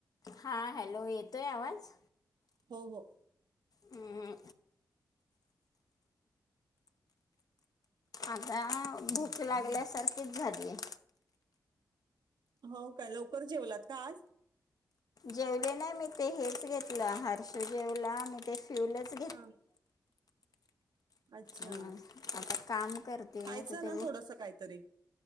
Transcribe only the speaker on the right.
हो हो.
हो काय लवकर जेवलात का आज?
हां. अच्छा
खायचं
ना थोडसा कायतरी